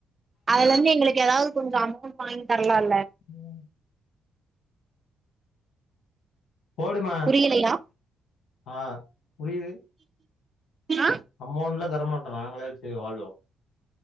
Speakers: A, on the right; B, on the left.
A: அதுலருந்து எங்களுக்கு எதாவது கொஞ்ச அமௌண்ட் வாங்கி தரலா இல்ல
B: ம் போடுமா
A: புரியலையா
B: ஆ புரியுது
A: அ
B: அம்மோண்ட்லா தரமாட்டோ நாங்களே வச்சி வாழ்வோ